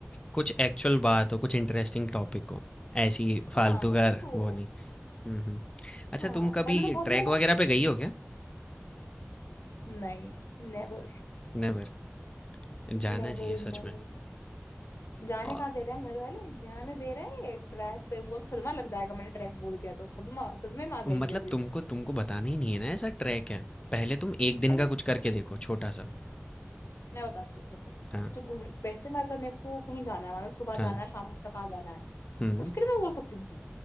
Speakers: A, on the left (about 20°); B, on the left (about 65°).
A: कुछ एक्चुअल बात हो कुछ इंटरेस्टिंग टॉपिक हो ऐसी फालतू
B: हाँ
A: का
B: कुछ हो
A: वो नहीं हम्म हम्म। अच्छा
B: हाँ
A: तुम कभी
B: मतलब मैं बहुत
A: ट्रैक
B: मैं बहुत
A: वगैरह पे गई हो क्या
B: नहीं Never
A: नेवर जाना
B: Never
A: चाहिए
B: in
A: सच
B: my
A: में
B: life जाने
A: और
B: कहाँ दे रहे हैं घर वाले जाने दे रहे हैं ट्रैक पे उनको सदमा लग जाएगा मैंने ट्रैक बोल दिया तो सदमा सदमे में आ जाएंगे
A: मतलब
B: अभी
A: तुमको तुमको बताना ही नहीं है ना ऐसा ट्रैक है पहले तुम एक दिन
B: अरे
A: का कुछ करके देखो छोटा सा
B: मैं बताती हूँ देखो
A: हाँ
B: जो घूमने वैसे मैं अगर मेरे को कहीं जाना है मानो सुबह
A: हाँ
B: जाना है शाम तक आ जाना है
A: हम्म
B: उसके लिए मैं बोल सकती हूँ झूठ